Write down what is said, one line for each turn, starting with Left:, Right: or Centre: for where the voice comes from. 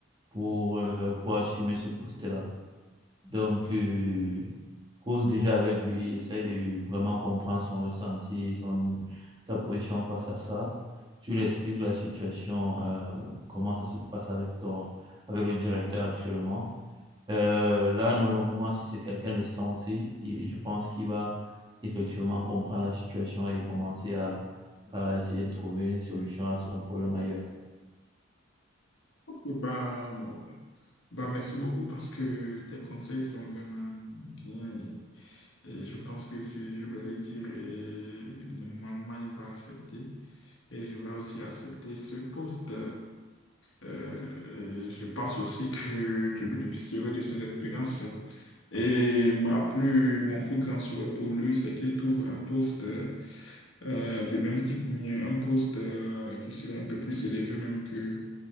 Right: pour, euh, pour assumer ce poste-là. Donc, euh, cause déjà avec lui, essaie de vraiment comprendre son ressenti et son, sa position face à ça. Tu lui expliques la situation, euh, comment ça se passe avec ton, avec le directeur actuellement. Euh, là, normalement, si c'est quelqu'un de sensé, il- je pense qu'il va effectivement comprendre la situation et commencer à, à essayer de trouver une solution à son problème ailleurs.
Left: Bah, moi- bah, merci beaucoup parce que tes conseils sont vraiment bien et, et je pense que si je vais les dire, et normalement il va accepter et je vais aussi accepter ce poste. Euh, et je pense aussi que je bénéficierai de ces expériences. Et ma plus, mon plus grand souhait pour lui, c'est qu'il trouve un poste euh, de même type ou bien un poste euh, qui serait un peu plus élevé même que